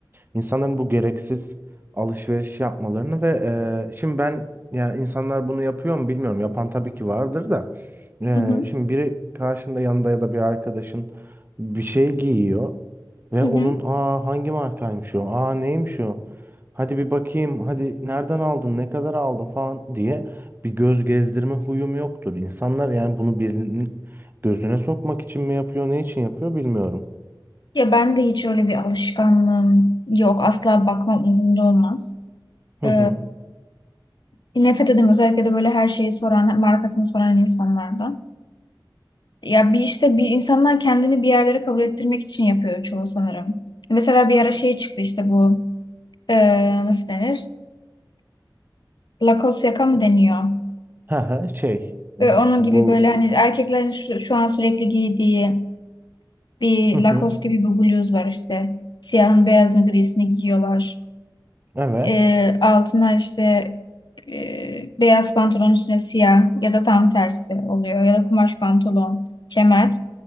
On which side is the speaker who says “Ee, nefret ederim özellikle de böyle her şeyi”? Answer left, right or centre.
Left